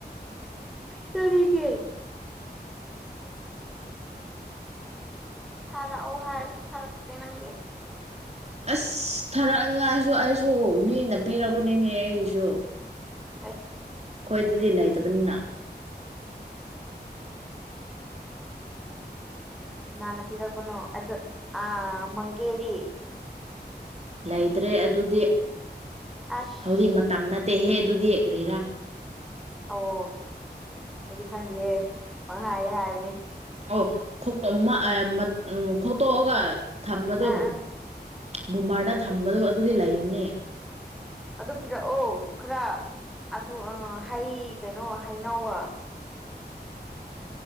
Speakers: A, in the centre; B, on the right.
A: ꯆꯅꯤꯡꯉꯦ ꯊꯥꯔꯛꯑꯣ ꯍꯥꯏꯔꯁꯨ ꯊꯥꯔꯛꯇꯦ ꯅꯪꯗꯤ
B: ꯑꯁ ꯊꯥꯔꯛꯅꯤꯡꯉꯥꯁꯨ ꯑꯩꯁꯨ ꯃꯤꯅ ꯄꯤꯔꯛꯄꯅꯤꯅꯦ ꯑꯩꯒꯤꯁꯨ
A: ꯑꯩ
B: ꯈꯣꯏꯗꯗꯤ ꯂꯩꯇꯕꯅꯤꯅ
A: ꯀꯅꯥꯅ ꯄꯤꯔꯛꯄꯅ ꯑꯗꯨ ꯑꯥ ꯃꯪꯒꯦꯗꯤ
B: ꯂꯩꯇ꯭ꯔꯦ ꯑꯗꯨꯗꯤ
A: ꯑꯁ
B: ꯍꯧꯖꯤꯛ ꯃꯇꯝ ꯅꯠꯇꯦꯍꯦ ꯑꯗꯨꯗꯤ ꯀꯔꯤꯔꯥ
A: ꯑꯣ ꯑꯩꯗꯤ ꯈꯪꯗꯦꯍꯦ ꯄꯪꯥꯍꯥꯏ ꯍꯥꯏꯕꯅꯤ
B: ꯑꯣ ꯈꯣꯛꯇꯣꯛꯑꯒ ꯊꯝꯕꯗꯣ
A: ꯑꯥ ꯑꯥ
B: ꯕꯨꯝꯕꯔꯗ ꯊꯝꯕꯗꯣ ꯑꯗꯨꯗꯤ ꯂꯩꯕꯅꯦ
A: ꯑꯗꯨ ꯄꯤꯔꯛꯑꯣ ꯈꯔ ꯑꯗꯨ ꯍꯩ ꯀꯩꯅꯣ ꯍꯩꯅꯧꯒ